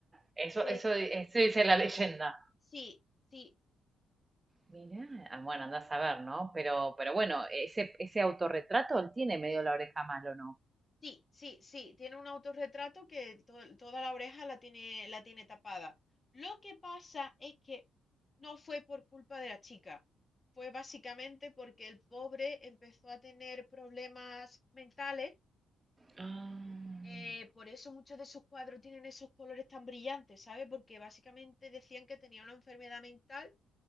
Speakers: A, on the right; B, on the left.
A: Eso,
B: Pe-
A: eso, eso dice la leyenda.
B: sí, sí,
A: Mirá, Ah, bueno, andás a ver, ¿no? Pero, pero bueno, ese, ese autorretrato él tiene medio la oreja mal, ¿o no?
B: Sí, sí, sí, tiene un autorretrato que to- toda la oreja la tiene, la tiene tapada. Lo que pasa es que no fue por culpa de la chica, fue básicamente porque el pobre empezó a tener problemas mentales,
A: Ah,
B: eh, por eso muchos de sus cuadros tienen esos colores tan brillantes, ¿sabes? Porque básicamente decían que tenía una enfermedad mental